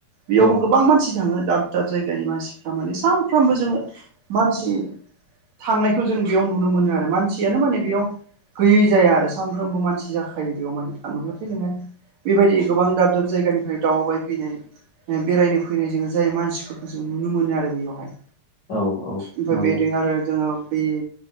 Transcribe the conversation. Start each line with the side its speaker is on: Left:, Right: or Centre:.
Right: बेयावबो
Left: औ
Right: गोबां मानसि थाङो दाब दाब जायगानि मानसिफ माने सानफ्रामबो जोङो मानसि थांनायखौ जों बेयाव नुनो मोनो आरो मानसियानो माने बेयाव गैयै जाया आरो सानफ्रोमबो मानसि जाखायो बेयाव माने थाङोब्लाथाय नोङो बेबायदि गोबां दाब दाब जायगानिफ्राय दावबाय फैनाय बेरायनो फैनायजों जाय मानसिफोरखौ जों नुनो मोनो आरो बैयावहाय
Left: औ औ
Right: ओमफफ्राय
Left: नंगौ
Right: बेदिनो आरो जोङो बे